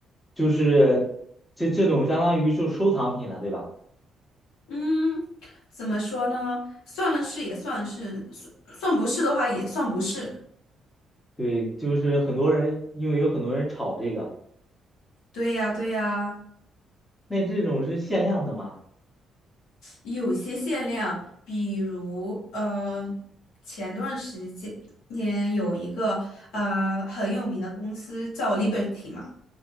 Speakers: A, on the left; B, on the left.
A: 就是这这种相当于就收藏品了，对吧？
B: 嗯，怎么说呢？算是也算是，算算不是的话也算不是。
A: 对，就是很多人，因为有很多人炒这个。
B: 对呀，对呀，
A: 那这种是限量的吗？
B: 有些限量，比如呃，前段时间年有一个呃很有名的公司叫 Liberty 嘛，